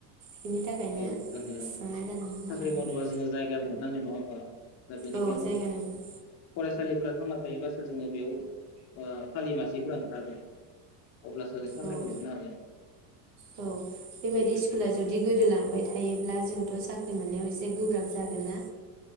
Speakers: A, on the right; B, on the left.
A: बिनि थाखायनो
B: औ जोङो
A: सोंनाय जादोंमोन
B: साख्रि
A: औ
B: मावनोबा जोङो जायगा मोननांगोन नङा होनोमबा दा बेनिखायनो
A: औ जायगा नांगोन
B: फरायसालिफोरा थांना थायोब्लासो जोङो बेयाव खालि मासिफोरा ओंखारगोन अब्लासो जों साख्रिखौ
A: औ
B: मोननो हागोन
A: औ बेबायदि
B: बेबायदिब्लाथो
A: स्कुला जुदि गोदोलांबाय थायोब्ला जोंथ' साख्रि मोननायाव एसे गोब्राब जागोन ना